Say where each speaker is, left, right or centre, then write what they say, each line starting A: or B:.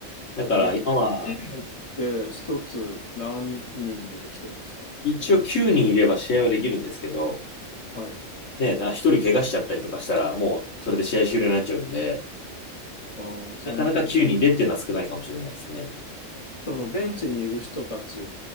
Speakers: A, on the left; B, on the left.
A: だから今は、
B: え。野球チームって一つ何人出てきてるんですか
A: 一応9人いれば試合はできるんですけど、
B: はい。
A: ね、な、1人怪我しちゃったりとかしたら、もうそれで試合終了になっちゃうんで、
B: あー、その、
A: なかなか9人でっていうのは少ないかもしれないですね。
B: そのベンチにいる人たちっ